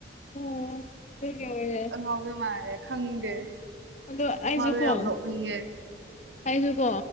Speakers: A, on the left (about 40°); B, on the right (about 70°).
A: ꯎꯝ <unintelligible>
B: ꯑꯉꯥꯎꯕꯤ ꯃꯥꯜꯂꯦ ꯈꯪꯗꯦ
A: ꯑꯗꯨ ꯑꯩꯁꯨ
B: ꯃꯥꯗꯣ
A: ꯀꫭ
B: ꯌꯥꯝ ꯅꯣꯛꯅꯤꯡꯉꯦ
A: ꯑꯩꯁꯨ ꯀꯣ